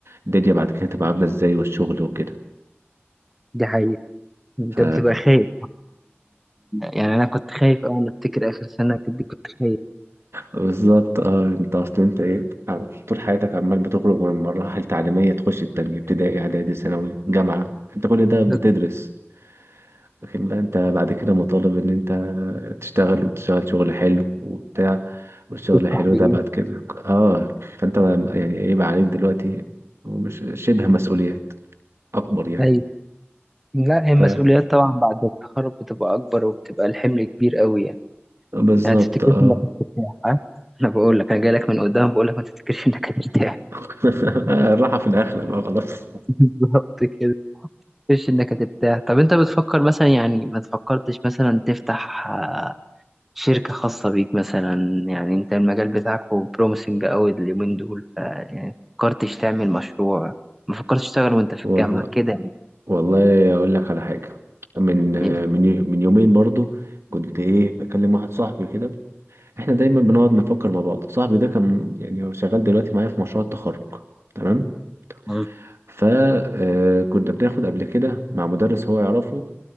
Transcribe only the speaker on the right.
الدنيا بعد كده تبقى عامله ازاي والشغل وكده
ف
بالظبط اه انت اصلا انت ايه عم- طول حياتك عمال بتخرج من مراحل تعليميه تخش التانية ابتدائي اعدادي ثانوي جامعه انت كل ده بتدرس
لكن بقى انت بعد كده مطالب ان انت تشتغل وتشتغل شغل حلو وبتاع والشغل
الحلو
ده بعد كده اه فانت يعني ايه بقى عليك دلوقتي ومش شبه مسؤوليات اكبر يعني
ف
بالظبط
اه
<laughs> الراحه في الاخره بقى خلاص
والله
والله اقول لك على حاجه من
من يو- من يومين برضو كنت ايه بكلم واحد صاحبي كده احنا دايما بنقعد نفكر مع بعض صاحبي ده كان يعني هو شغال دلوقتي معايا في مشروع التخرج تمام
فكنا بناخد قبل كده مع مدرس هو يعرفه